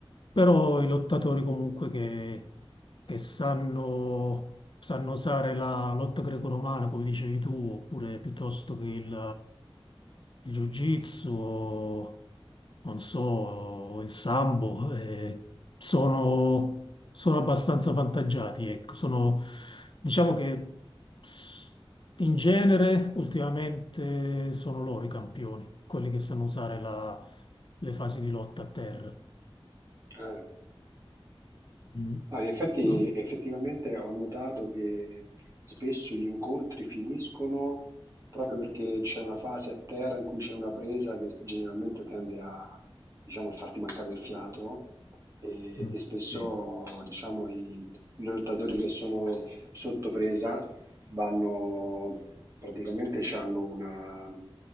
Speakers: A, on the left; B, on the right.
A: però i lottatori comunque che, che sanno, sanno usare la lotta greco-romana, come dicevi tu, oppure piuttosto che il, il jiu-jitsu non so, il sambo, eh, sono, sono abbastanza vantaggiati, ecco. Sono, diciamo che s- in genere ultimamente sono loro i campioni, quelli che sanno usare la- le fasi di lotta a terra.
B: Eh.
A: Mm.
B: No, in effetti,
A: No?
B: effettivamente ho notato che spesso gli incontri finiscono proprio perché c'è una fase a terra in cui c'è una presa che generalmente tende a, diciamo, a farti mancare il fiato e,
A: Mm.
B: e spesso,
A: Sì,
B: diciamo, i, i lottatori che sono sotto presa vanno, praticamente hanno una,